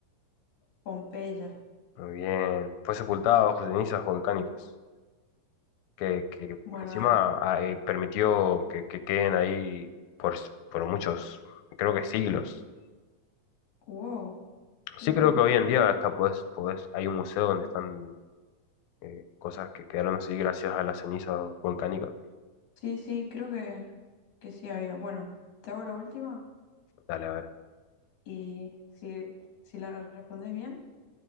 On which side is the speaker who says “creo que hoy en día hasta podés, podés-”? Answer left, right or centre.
Left